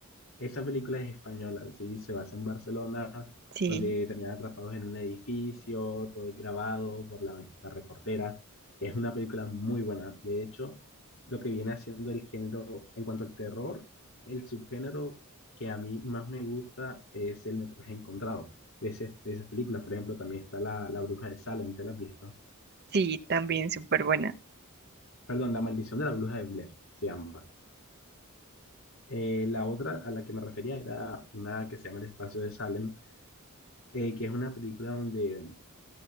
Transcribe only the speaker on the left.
Esa película es española, sí, se basa en Barcelona,
donde terminan atrapados en un edificio, todo es grabado por la misma reportera. Es una película muy buena. De hecho, lo que viene haciendo el género en cuanto al terror, el subgénero que a mí más me gusta es el metraje encontrado de, ese- de esas películas. Por ejemplo, también está La, La Bruja de Salem, ¿te la has visto?
Perdón, La Maldición de la Bruja de Blair se llama. Eh, la otra a la que me refería era una que se llama El Espacio de Salem eh, que es una película donde